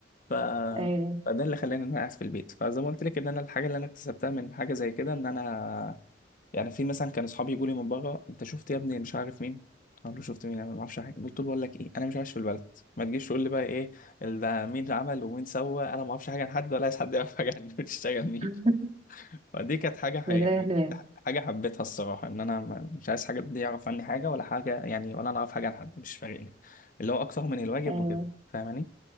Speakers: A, on the left; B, on the right.
A: ف
B: ايوه
A: فده اللي خلاني ان انا قاعد في البيت فزي ما قلت لك ان انا الحاجه اللي انا اكتسبتها من حاجه زي كده ان انا يعني في مثلا كان اصحابي يقولوا لي من بره انت شفت يا ابني مش عارف مين اقول له شفت مين انا ما اعرفش حاجه قلت له بقول لك ايه انا مش عايش في البلد ما تجيش تقول لي بقى ايه ال- ده مين اللي عمل ومين سوى انا ما اعرفش حاجه عن حد ولا عايز حد يعرف حاجه عني بتشتغل مين
B: <laughs>
A: فدي كانت حاجه ح-
B: بتريح
A: يعني
B: دماغك
A: حاجه حبيتها الصراحه ان انا ما- مش عايز حاجه دي يعرف عني حاجه ولا حاجه يعني ولا انا اعرف حاجه عن حد مش فارقني اللي هو اكتر من الواجب
B: ايوه
A: وكده فاهماني